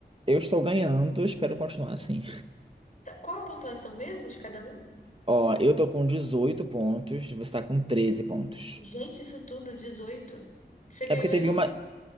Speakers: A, on the right; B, on the left.
A: Eu estou ganhando, espero continuar assim.
B: Tá, Qual a pontuação mesmo de cada um?
A: Ó, eu tô com 18 pontos, você tá com 13 pontos.
B: Gente, isso tudo, 18. Você ganhou
A: É porque teve
B: e eu não
A: uma,
B: vi.